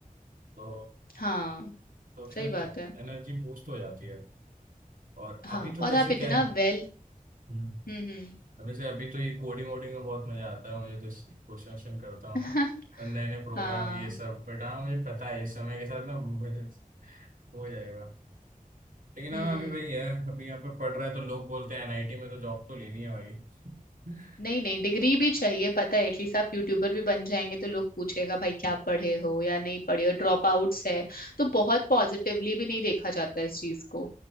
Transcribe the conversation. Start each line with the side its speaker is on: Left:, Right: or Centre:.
Right: तो
Left: हाँ
Right: तो
Left: सही
Right: फिर
Left: बात
Right: एनर्जी
Left: है
Right: बूस्ट हो जाती है और
Left: हाँ
Right: अभी तो
Left: और
Right: जैसे
Left: आप इतना
Right: क्या है
Left: वेल
Right: हम्म,
Left: हम्म
Right: अब जैसे अभी तो ये कोडिंग वोडिंग में बहुत मजा आता है मुझे तो इस- क्वेश्चन वोश्चन करता हूँ
Left: हम्म <laughs>
Right: और नए नए प्रोग्राम
Left: हाँ
Right: ये सब बट हाँ मुझे पता है इस समय के साथ ना मुझे हो जाएगा लेकिन
Left: हम्म
Right: हाँ अभी वही है अभी यहाँ पे पढ़ रहा है तो लोग बोलते हैं एनआईटी में तो जॉब तो लेनी है भाई <laughs> बिल्कुल
Left: नहीं नहीं डिग्री भी चाहिए पता है एटलीस्ट आप यूट्यूबर भी बन जाएंगे तो लोग पूछेगा भाई क्या पढ़े हो या नहीं पढ़े हो ड्रॉप आउट्स है तो बहुत पॉजिटिवली भी नहीं देखा जाता है इस चीज को